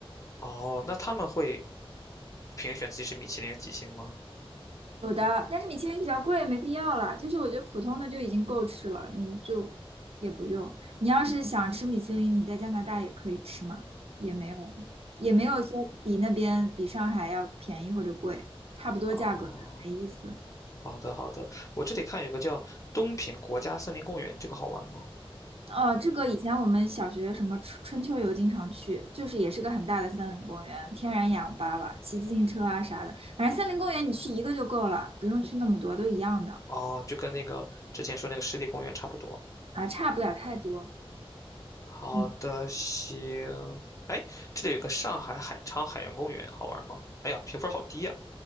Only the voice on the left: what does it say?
哦，那他们会评选自己是米其林几星吗？
哦，
好的，好的。我这里看有个叫东平国家森林公园，这个好玩吗？
哦，就跟那个之前说那个湿地公园差不多。
好的，
行。哎，这里有个上海海昌海洋公园，好玩吗？哎呀，评分好低呀。